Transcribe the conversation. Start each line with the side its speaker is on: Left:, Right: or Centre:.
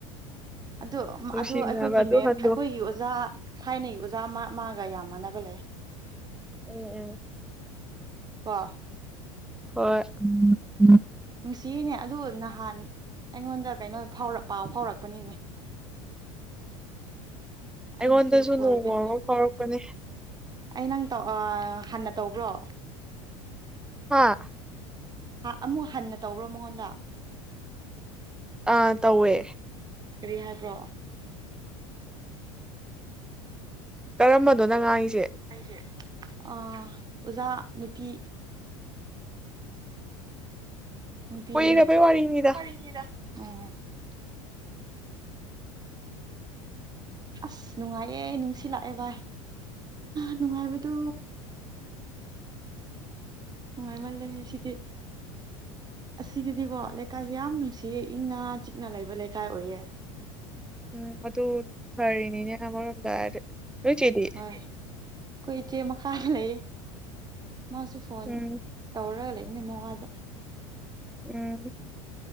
Right: ꯑꯗꯣ
Centre: ꯅꯨꯡꯁꯤꯕꯅꯦꯕ
Right: ꯑꯗꯣ ꯑꯈꯣꯏꯒꯤ
Centre: ꯑꯗꯨ
Right: ꯃꯦꯝ
Centre: ꯍꯟꯗꯣ
Right: ꯑꯈꯣꯏꯒꯤ ꯑꯣꯖꯥ ꯊꯥꯏꯅꯒꯤ ꯑꯣꯖꯥ ꯑꯃ ꯃꯥꯒ ꯌꯥꯝꯃꯅꯕ ꯂꯩ
Centre: ꯎꯝ ꯎꯝ
Right: ꯀꯣ
Centre: ꯍꯣꯏ ꯎꯝ
Right: ꯅꯨꯡꯁꯤꯌꯦꯅꯦ ꯑꯗꯨ ꯅꯍꯥꯟ ꯑꯩꯉꯣꯟꯗ ꯀꯩꯅꯣ ꯐꯥꯎꯔꯛ ꯄꯥꯎ ꯐꯥꯎꯔꯛꯄꯅꯤꯅꯦ ꯑꯩꯁꯨ
Centre: ꯑꯩꯉꯣꯟꯗꯁꯨ
Right: ꯀꯣꯜ
Centre: ꯅꯣꯡꯃ
Right: ꯕꯦꯛ
Centre: ꯑꯃ ꯐꯥꯎꯔꯛꯄꯅꯦ
Right: ꯑꯩ ꯅꯪ ꯇꯧ ꯑꯥ ꯍꯥꯟꯅ ꯇꯧꯕ꯭ꯔꯣ
Centre: ꯍꯥꯥ
Right: ꯑꯃꯨꯛ ꯍꯟꯅ ꯇꯧꯕ꯭ꯔꯣ ꯃꯉꯣꯟꯗ
Centre: ꯑꯥ ꯇꯧꯋꯦ
Right: ꯀꯔꯤ ꯍꯥꯏꯕ꯭ꯔꯣ
Centre: ꯀꯔꯝꯕꯅꯣ ꯅꯪ ꯉꯥꯡꯉꯤꯁꯦ
Right: ꯑꯩꯁꯦ ꯑꯣꯖꯥ ꯅꯨꯄꯤ ꯅꯨꯄꯤꯗꯨꯅꯦ
Centre: ꯀꯨꯏꯔꯕꯩ ꯋꯥꯔꯤꯅꯤꯗ
Right: ꯑꯣ ꯑꯁ ꯅꯨꯡꯉꯥꯏꯌꯦ ꯅꯨꯡꯁꯤꯠ ꯂꯥꯛꯑꯦ ꯚꯥꯏ ꯅꯨꯡꯉꯥꯏꯕꯗꯨ ꯅꯨꯡꯉꯥꯏ ꯃꯜꯂꯦ ꯍꯦ ꯁꯤꯗꯤ ꯑꯁꯤꯗꯗꯤꯀꯣ ꯂꯩꯀꯥꯏꯁꯦ ꯌꯥꯝ ꯅꯨꯡꯁꯤꯌꯦ ꯏꯪꯅ ꯆꯤꯛꯅ ꯂꯩꯕ ꯂꯩꯀꯥꯏ ꯑꯣꯏꯌꯦꯦ
Centre: ꯎꯝ ꯑꯗꯨ ꯐꯥꯔꯤꯅꯤꯅꯦ ꯑꯃꯔꯣꯝꯗ ꯍꯥꯔꯗꯤ ꯅꯣꯏ ꯏꯆꯦꯗꯤ
Right: ꯍꯣꯏ ꯑꯩꯈꯣꯏ ꯏꯆꯦ ꯃꯈꯥꯗ ꯂꯩꯌꯦ ꯃꯥꯁꯨ ꯐꯣꯟ
Centre: ꯎꯝ
Right: ꯇꯧꯔꯒ ꯂꯩ ꯅꯤꯡ ꯃ ꯋꯥꯗ
Centre: ꯎꯝ